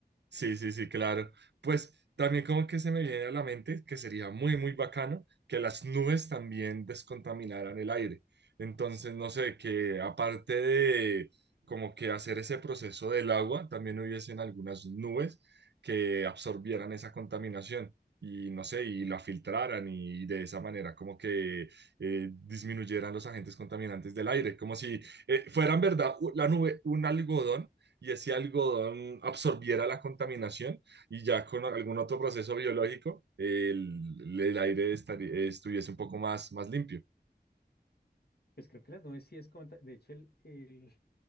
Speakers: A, on the right; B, on the left.
A: Sí, sí, sí, claro. Pues también como que se me viene a la mente que sería muy, muy bacano que las nubes también descontaminaran el aire. Entonces, no sé, que aparte de como que hacer ese proceso del agua, también hubiesen algunas nubes que absorbieran esa contaminación y no sé, y la filtraran y de esa manera como que eh, disminuyeran los agentes contaminantes del aire, como si eh, fueran, ¿verdad? u- La nube, un algodón y ese algodón absorbiera la contaminación y ya con algún otro proceso biológico el, el aire estaría- estuviese un poco más, más limpio.
B: Pues creo que las nubes sí es conta- de hecho el, el-